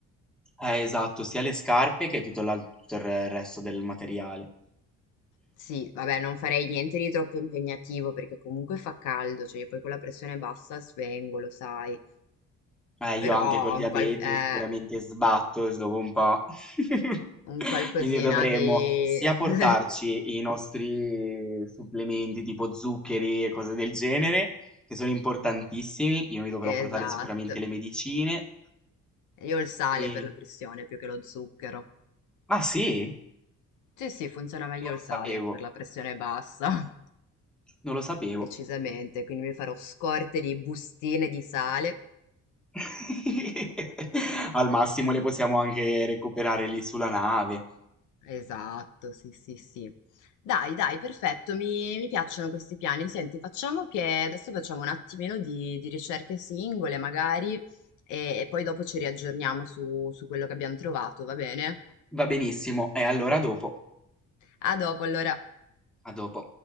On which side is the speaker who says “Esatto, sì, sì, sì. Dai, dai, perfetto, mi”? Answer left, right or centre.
Left